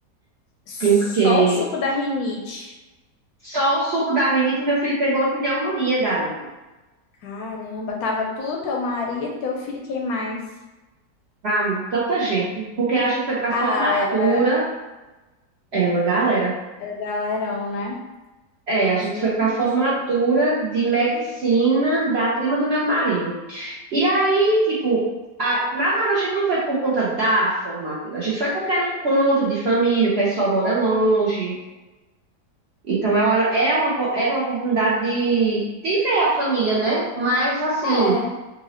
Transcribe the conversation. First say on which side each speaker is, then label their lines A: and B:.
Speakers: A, on the left; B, on the right.
A: Só
B: Porque
A: o suco da rinite.
B: só o suco da rinite, meu filho pegou uma pneumonia, garota.
A: Caramba, tava tu, teu marido, teu filho, quem mais?
B: Pra mim, tanta gente. Porque a gente foi pra
A: Ah,
B: formatura,
A: era,
B: é uma galera.
A: era galerão, né?
B: É, a gente
A: Gente.
B: foi pra formatura de medicina da prima do meu marido. E aí, tipo, a- na verdade a gente não foi por conta da formatura, a gente foi porque era um encontro de família, o pessoal mora longe. Então ela era, é uma, po- era uma oportunidade de, de ver a família, né? Mas assim,
A: É,